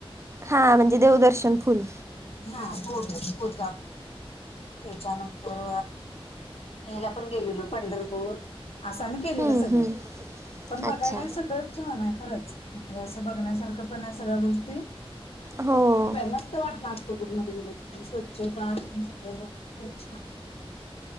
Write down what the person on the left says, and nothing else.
हां हो गं <unintelligible> त्याच्यानंतर ह्याला पण गेलेलो पंढरपूर आसं आम्ही केलेलं
सगळं,
पण बघायला
सगळंच छानहायं खरंच म्हंजे आस बघण्यासारखं पणायं सगळ्या गोष्टी
फेमस स्त वाटलं आक्कलकोट मध्ये गेल्या तिथली स्वच्छता तिथून सगळं बघून खरं छान